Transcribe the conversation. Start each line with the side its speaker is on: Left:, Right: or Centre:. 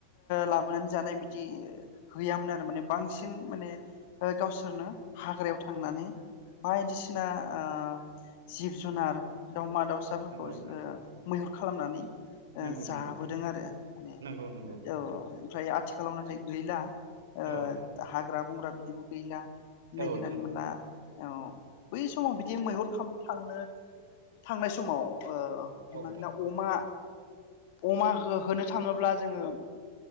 Left: लाबोनानै जानाय बिदि गैयामोन आरो माने बांसिन माने गावसोरनो हाग्रायाव थांनानै बायदिसिना ओ। जिब-जुनार दाउमा दाउसाफोरखौ
Right: नोंथां
Left: मैुहुर खालामनानै ओ
Right: नंगौ
Left: जाबोदों
Right: नोंथां
Left: आरो माने
Right: नंगौ नंगौ नोंथां
Left: औ ओमफ्राय
Right: नंगौ नोंथां
Left: आथिखाल खालामोथाय गैला। ओ
Right: औ नोंथां
Left: हाग्रा-बंग्रा बिदिबो गैला नायागिरनानै
Right: औ नोंथां
Left: मोनला
Right: औ
Left: औ बै समाव बिदि मैहुर खाम थांनो थांनाय समाव हमनानै
Right: औ नोंथां
Left: ला अमा अमा हो होनोनो थाङोब्ला जोङो।